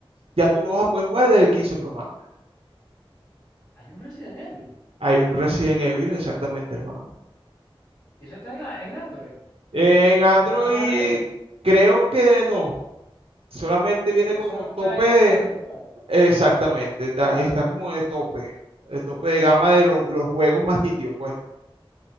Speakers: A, on the right; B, on the left.
A: ya tú lo vas a poder jugar desde el 15 Pro Max.
B: hay un Resident Evil,
A: Hay un Resident Evil, exactamente, hermano.
B: y eso está en, a- en Android.
A: En
B: Lo, pa-
A: Android,
B: pa- nada más leerlo.
A: creo que no. Solamente
B: Solo,
A: viene como
B: solo
A: tope
B: está en,
A: de,
B: el Apple Store.
A: exactamente, está, está como de tope, de tope de gama de los, los juegos más nítidos, pues.